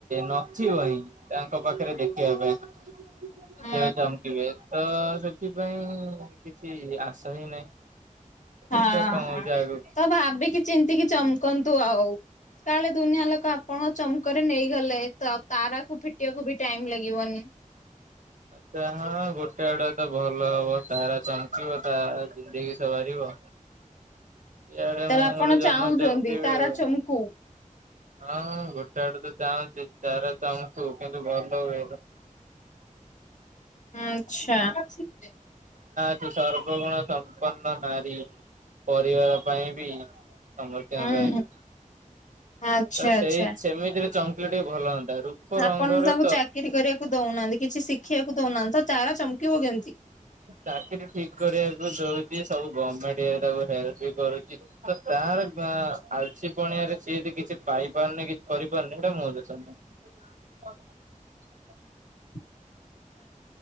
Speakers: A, on the right; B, on the left.
A: ନଥିବ ହିଁ ତାଙ୍କ ପାଖରେ ଦେଖ। ଖିବା ପାଇଁ କେବେ
B: ହୁଁ
A: ଚମକିବେ ତ ସେ ସେଥିପାଇଁ କିଛି ଆଶା ହିଁ ନାହିଁ। ଦେଖିବା
B: ହଁ
A: କଣ ହଉଛି ଆଗକୁ।
B: ତ ଭାବିକି ଚିନ୍ତିକି ଚମକନ୍ତୁ ଆଉ। କାଳେ ଦୁନିଆ ଲୋକ ଆପଣଙ୍କ ଚମକରେ ନେଇଗଲେ ତ ତାରାକୁ ଫିଟିବାକୁ ବି ଟାଇମ୍ ଲାଗିବନି।
A: ଆଛା ହଁ ଗୋଟେ ଆଡେ ତ ଭଲ ହବ ତାରା ଚମକିବ ତା ତା ଜିନ୍ଦେଗୀ ସବାରିବ। ଇଆଡ଼େ
B: ତାର
A: ମୁଁ
B: ଆପଣ
A: ମୋର ଜହ୍ନ
B: ଚାହୁଁଛନ୍ତି
A: ଚମ୍ କିବି
B: ତାରା
A: ଆଉ।
B: ଚମକୁ
A: ହଁ ଗୋଟେ ଆଡୁ ତ ଚାହୁଁଚି ତାରା ଚମକୁ କିନ୍ତୁ ଭଲ ୱେରେ।
B: ହୁଁ ଆଚ୍ଛା।
A: ସେ ସର୍ବଗୁଣ ସମ୍ପନ୍ନ ନାରୀ ପରିବାର ପାଇଁ ବି। ସମସ୍ତଙ୍କ
B: ହୁଁ
A: ପାଇଁ ବି
B: ଆଚ୍ଛା
A: ତ ସେଇ
B: ଆଚ୍ଛା।
A: ସେମିତିରେ ଚମ୍ କିଲେ ଟିକେ ଭଲ ହୁଅନ୍ତା। ରୂପ
B: ଆପଣ
A: ରଙ୍ଗରେ
B: ତ ତାଙ୍କୁ ଚାକିରୀ କରିବାକୁ ଦଉନାହାନ୍ତି କିଛି ଶିଖିବାକୁ ଦଉନାହାନ୍ତି ତ ତାରା ଚମକିବ କେମିତି।
A: ଚାକିରି ଠିକ୍‌ କରିବାକୁ ଦଉଚି ସବୁ ଗମେଣ୍ଟ ଇଏ ତାକୁ ହେଲ୍ପ ବି କରୁଚି। ତାର ଆଲସି ପଣିଆରେ ସିଏ ଏଠି କିଛି ପାଇ ପାରୁନି କିଛି କରିପାରୁନି ସେଟା ମୋ ଦୋଷ ନୁହେଁ। <inaudible>
B: <inaudible>